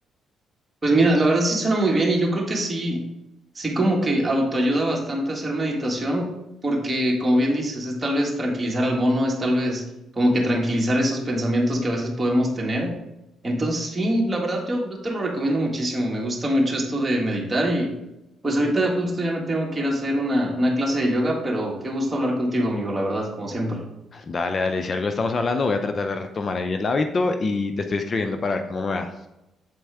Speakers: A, on the right (about 20°); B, on the left (about 40°).
A: Pues mira, la verdad sí suena muy bien y yo creo que sí, sí como que autoayuda bastante a hacer meditación porque como bien dices, es tal vez tranquilizar al mono, es tal vez como que tranquilizar esos pensamientos que a veces podemos tener. Entonces sí, la verdad yo, yo te lo recomiendo muchísimo, me gusta mucho esto de meditar y pues ahorita justo ya me tengo que ir a hacer una, una clase de yoga, pero qué gusto hablar contigo, amigo, la verdad, como siempre.
B: Dale, dale, si algo estamos hablando, voy a tratar de retomar ahí el hábito y te estoy escribiendo para ver cómo me va.